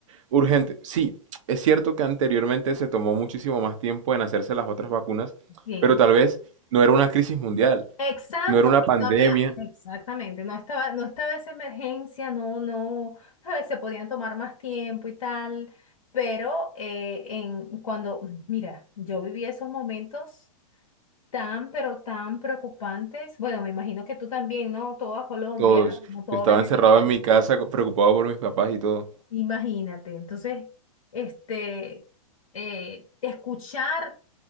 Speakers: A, on the right; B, on the left.
A: urgente. Sí, es cierto que anteriormente se tomó muchísimo más tiempo en hacerse las otras vacunas,
B: Sí,
A: pero tal vez no era una crisis mundial,
B: Exacto,
A: no era una
B: porque
A: pandemia,
B: no había, exactamente, no estaba, no estaba esa emergencia, no, no, sabes, se podían tomar más tiempo y tal, pero eh, en cuando, mira, yo viví esos momentos tan, pero tan preocupantes. Bueno, me imagino que tú también, ¿no? Toda Colombia,
A: todos.
B: como todo
A: Yo estaba
B: Venezuela.
A: encerrado en mi casa co- preocupado por mis papás y todo.
B: Imagínate. Entonces, este, eh, escuchar